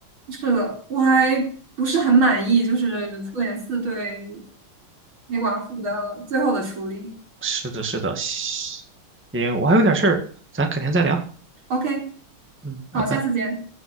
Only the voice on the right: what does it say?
是的，我还不是很满意，就是复联四对黑寡妇的最后的处理。
OK，
好，下次见。